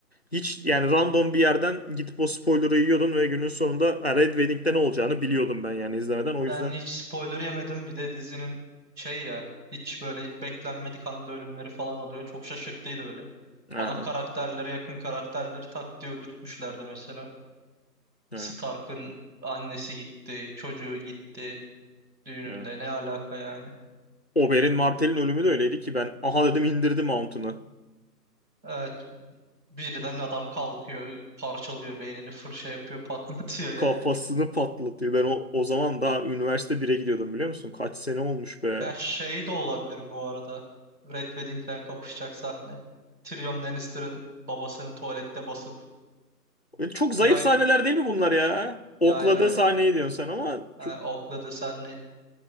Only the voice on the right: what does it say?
Ben
hiç spoiler yemedim. Bir de dizinin şey ya hiç böyle hiç beklenmedik anda ölümleri falan oluyor. Çok şaşırttıydı böyle.
Ana karakterlere
yakın karakterleri tak diye öldürtmüşlerdi mesela. Stark'ın
annesi gitti, çocuğu gitti düğününde.
Ne alaka yani?
Evet, birden adam kalkıyor, parçalıyor beynini, fır şey yapıyor, <laughs> patlatıyor yani.
Ya şey de olabilir bu arada. Red Wedding'le kapışacak sahne. Tyrion Lannister'ın babasının tuvalette basıp
yay,
Yayla
e,
okladı senle